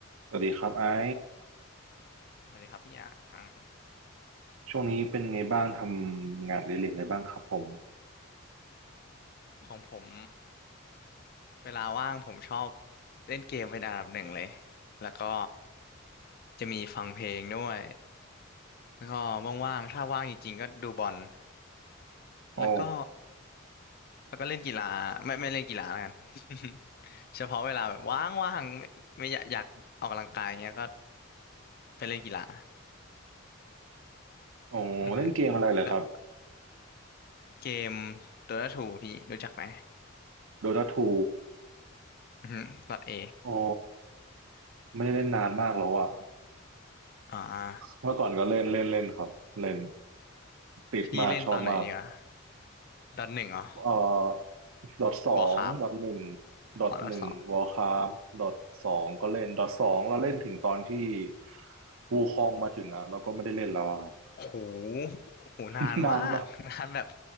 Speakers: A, on the right; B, on the left.
A: สวัสดีครับไอ้
B: สวัสดีครับพี่หยาง
A: ช่วงนี้เป็นไงบ้างทำงานอดิเรกอะไรบ้างครับผม
B: ของผมเวลาว่างผมชอบเล่นเกมเป็นอันดับหนึ่งเลยแล้วก็จะมีฟังเพลงด้วยแล้วก็ว่างๆถ้าว่างจริงๆก็ดูบอล
A: อ๋อ
B: แล้วก็แล้วก็เล่นกีฬาไม่ไม่เล่นกีฬาแล้วกัน <laughs> เฉพาะเวลาแบบว่างๆไม่ไม่อยากอยากออกกำลังกายเงี้ยก็ไปเล่นกีฬา
A: อ๋อเล่นเกมอะไรเหรอครับ
B: อือฮึแล้วเกมโดต้าทูพี่รู้จักไหม
A: Dota 2
B: อือฮึดอทเอ
A: อ๋อไม่ได้เล่นนานมากแล้วอะ
B: อ่า
A: เมื่อก่อนก็เล่นเล่นเล่นครับเล่นติดมากชอบมาก
B: พี่เล่นตอนไหนดีอ่ะดอทหนึ่งเหรอ
A: เอ่อ Dota สอง
B: วอร์คราฟ
A: Dota หนึ่ง Dota
B: อ๋อแล้วสอง
A: หนึ่ง Warcraft Dota สองก็เล่น Dota สองเราเล่นถึงตอนที่วูคองมาถึงอะเราก็ไม่ได้เล่นแล้วอะครับ
B: โอ้โหโอ้โหนานมาก
A: <laughs> นานมาก
B: <laughs> นานแบบ